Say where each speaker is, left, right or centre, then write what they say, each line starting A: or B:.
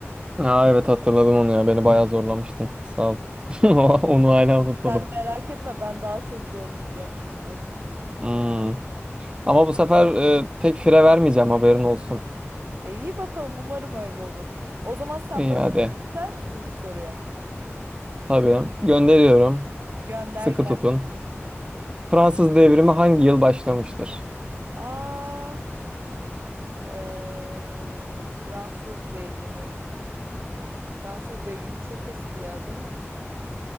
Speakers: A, on the right; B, on the right.
A: Ha evet hatırladım onu ya beni bayağı zorlamıştın sağ ol. <laughs> Onu hala unutmadım.
B: Sen merak etme ben daha çok zorlayacağım şimdi.
A: Hmm. Ama bu sefer e, pek fire vermeyeceğim haberin olsun.
B: E iyi bakalım umarım öyle olur. O zaman sen
A: İyi
B: başlamak
A: hadi.
B: ister misin ilk soruya?
A: Tabii gönderiyorum.
B: Gönder
A: Sıkı
B: gel.
A: tutun. Fransız devrimi hangi yıl başlamıştır?
B: Aa eee, Fransız devrimi. Fransız devrimi çok eski ya değil mi?